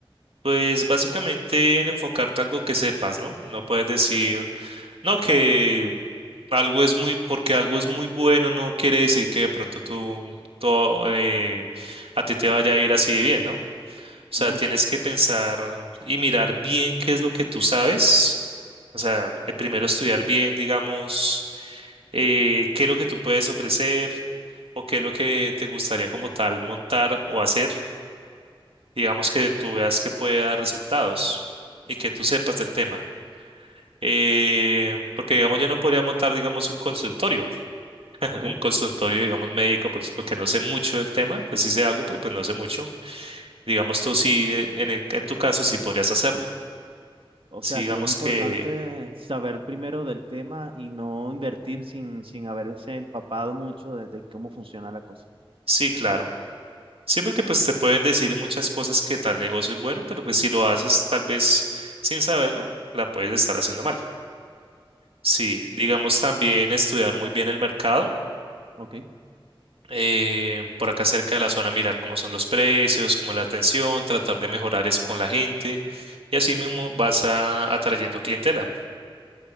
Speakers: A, on the right; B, on the right.
A: Pues básicamente en enfocarte a algo que sepas, ¿no? No puedes decir... No, que algo es muy, porque algo es muy bueno, no quiere decir que de pronto tú, todo, eh, a ti te vaya a ir así de bien, ¿no? O sea,
B: Ujú,
A: tienes que pensar y mirar bien qué es lo que tú sabes. O sea, eh, primero estudiar bien, digamos, eh, qué es lo que tú puedes ofrecer o qué es lo que te gustaría como tal montar o hacer. Digamos que tú veas que puede dar resultados y que tú sepas del tema. Eh, porque, digamos, yo no podría montar, digamos, un consultorio, <laughs>
B: Ok.
A: un consultorio, digamos, médico, pues porque no sé mucho del tema, pues sí sé algo, pero pues no sé mucho. Digamos, tú sí, eh, en el- en tu caso, sí podrías hacerlo.
B: O
A: Sí,
B: sea,
A: digamos
B: que es importante
A: que,
B: saber primero del tema y no invertir sin, sin haberse empapado mucho de, de cómo funciona la cosa.
A: sí, claro. Sí, porque
B: Mm,
A: pues te pueden decir muchas cosas que tal negocio es bueno, pero pues si lo haces tal vez sin saberlo, la puedes estar haciendo mal. Sí,
B: mm,
A: digamos también estudiar muy bien el mercado
B: Ok.
A: eh, por acá cerca de la zona, mirar cómo son los precios, cómo es la atención, tratar de mejorar eso con la gente y así mismo vas a- atrayendo clientela,